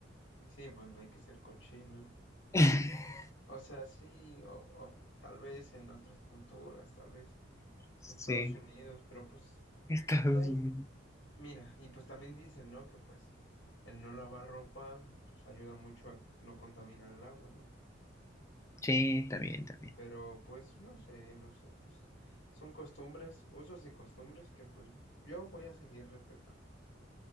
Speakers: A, on the left; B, on the left.
A: Sí, pues no hay que ser cochino.
B: <laughs>
A: O sea, sí, o, o tal vez en otras culturas, tal vez
B: Sí,
A: en Estados Unidos, pero pues
B: Estados
A: ahí,
B: Unidos.
A: mira, y pues también dicen, ¿no? Que pues el no lavar ropa, pues ayuda mucho a no contaminar el agua, ¿no?
B: Sí, también, también.
A: Pero pues no sé, no sé, pues son costumbres, usos y costumbres que pues yo voy a seguir respetando.